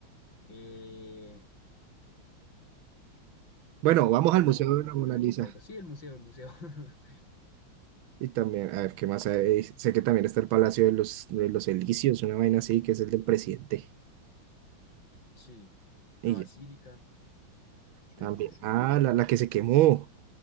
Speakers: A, on the left; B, on the right.
A: Eh,
B: Bueno, vamos al
A: no,
B: Museo de la
A: no
B: Mona
A: recuerdo.
B: Lisa.
A: Sí, el museo, el museo. <laughs>
B: Y también, a ver, ¿qué más hay? Eh, Sé que también está el Palacio de los, de los Elíseos, una vaina así, que es el del presidente.
A: Sí,
B: Y
A: la basílica.
B: ya,
A: Sí,
B: también.
A: sí, sí.
B: Ah, la, la que se quemó.